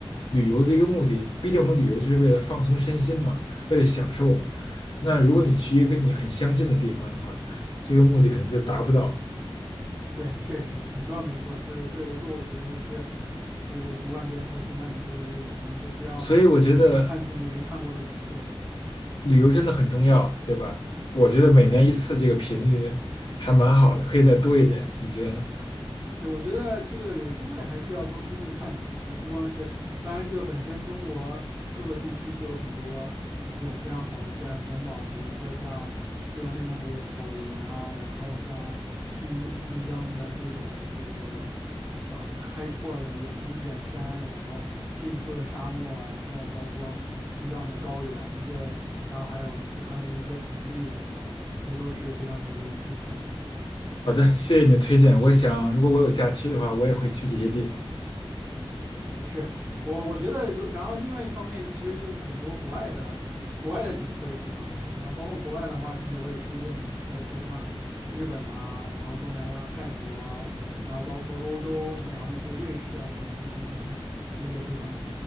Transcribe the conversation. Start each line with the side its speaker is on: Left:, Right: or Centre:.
Left: 旅游的一个目的。毕竟我们旅游就是为了放松身心嘛，为了享受嘛。那如果你去一个跟你很相近的地方的话，这个目的可能就达不到。
Right: 对，确实你说的没错，就是这我这我觉得也是这个读万卷书行万里路的一个原因，就是要去看自己没看过的景色。
Left: 所以我觉得旅游真的很重要，对吧？我觉得每年一次这个频率还蛮好的，
Right: 对，是。
Left: 可以再多一点。你觉得呢？
Right: 是，我觉得这个有机会还是要多出去看一看，就不光是，当然这个本身中国各个地区就有很多这种非常好的自然风貌，比如说像这个内蒙古的草原啊，然后像新新疆的这种这个呃很开阔的远处远山，然后近处的沙漠，然后包括西藏的高原，这然后还有四川的一些盆地等等，这都是非常值得一去看的。
Left: 好的，谢谢你的推荐。我想，如果我有假期的话，我也会去这些地方。
Right: 嗯，是我我觉得如，然后另外一方面，其实就是很多国外的国外的景色也非常好，然后包括国外的话，其实我也推荐你去，包括像日本啊，然后东南亚、泰国，然后包括欧洲，然后一些瑞士啊等等一些地方，其实也非常美。